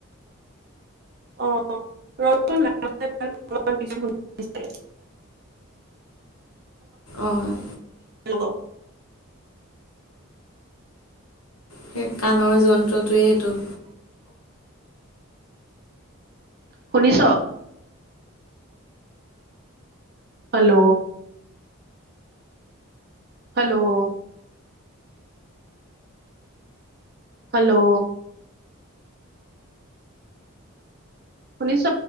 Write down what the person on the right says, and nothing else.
অ ৰখচোন অমানছ।
লোকক।
শুনিছ। হেল্ল'। হেল্ল' হেল্ল' শুনিছ?